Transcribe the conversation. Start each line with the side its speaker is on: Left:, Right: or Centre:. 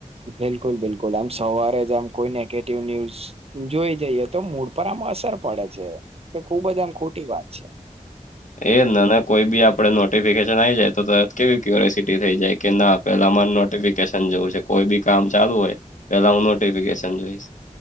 Right: બિલકુલ બિલકુલ આમ સવારે જ આમ કોઈ નેગેટિવ ન્યૂઝ જોઈ જઈએ તો મૂડ પર આમ અસર પડે છે તો ખુબ જ આમ ખોટી વાત છે.
Left: એ ના ના કોઈ બી આપડે નોટિફિકેશન આવી જાય તો તરત કેવી ક્યુરસિટી થઈ જાય. કે ના પેલા મારે નોટિફિકેશન જોવું છે કોઈ બી કામ ચાલુ હોય પેલા હું નોટિફિકેશન જોઈશ.